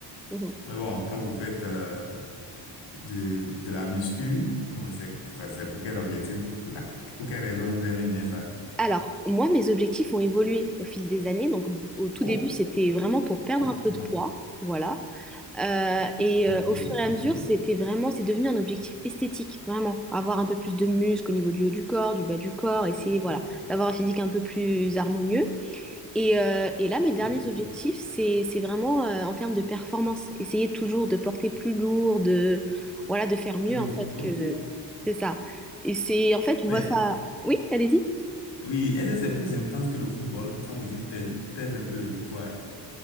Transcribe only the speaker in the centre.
Mhm.
Alors, moi, mes objectifs ont évolué au fil des années. Donc, au tout
début, c'était vraiment pour perdre
un peu
de poids. Voilà. Euh, et
euh, au fur et
à mesure, c'était vraiment, c'est devenu un objectif esthétique, vraiment. Avoir un peu plus de muscles au niveau du haut du corps, du bas du corps, essayer,
voilà, d'avoir un physique un peu plus harmonieux. Et, euh, et là, mes derniers
objectifs, c'est, c'est vraiment euh, en termes de performance. Essayer toujours de porter plus lourd, de, voilà, de faire mieux,
en fait,
que c'est ça. Et c'est, en fait, je
vois ça. Oui, allez-y.